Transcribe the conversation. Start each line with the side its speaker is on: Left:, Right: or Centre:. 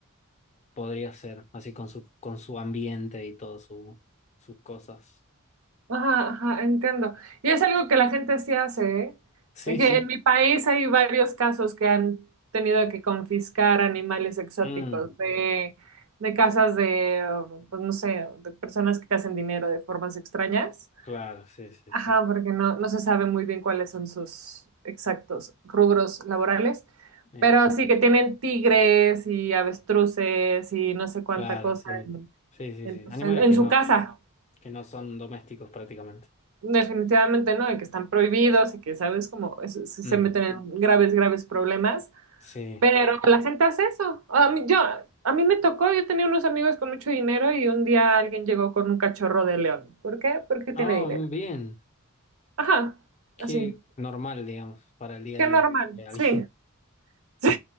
Left: podría ser así con su, con su ambiente y todas su, sus cosas.
Right: Ajá, ajá, entiendo. Y es algo que la gente sí hace,
Left: Sí,
Right: ¿eh? Que
Left: sí.
Right: en mi país hay varios casos que han tenido que confiscar animales exóticos
Left: Mm,
Right: de, de casas de, oh, pues no sé, de personas que hacen dinero de formas extrañas.
Left: claro, sí, sí,
Right: Ajá,
Left: sí.
Right: porque no, no se sabe muy bien cuáles son sus exactos rubros laborales.
Left: Eh,
Right: Pero sí que tienen tigres y avestruces y no sé cuánta
Left: claro,
Right: cosa
Left: sí.
Right: en,
Left: Sí, sí,
Right: en
Left: sí.
Right: pues,
Left: Animales
Right: en- en
Left: que
Right: su
Left: no,
Right: casa.
Left: que no son domésticos prácticamente.
Right: Definitivamente no, y que están prohibidos y que, sabes, como es- se
Left: Mm,
Right: se meten en graves, graves problemas,
Left: sí.
Right: pero la gente hace eso. A mí, yo, a mí me tocó, yo tenía unos amigos con mucho dinero y un día alguien llegó con un cachorro de león. ¿Por qué? Porque tiene
Left: Ah,
Right: dinero.
Left: bien.
Right: Ajá,
Left: Qué
Right: así.
Left: normal, digamos, para el día
Right: Qué
Left: a día
Right: normal,
Left: de alguien.
Right: sí. <laughs>
Left: <laughs>
Right: Sí,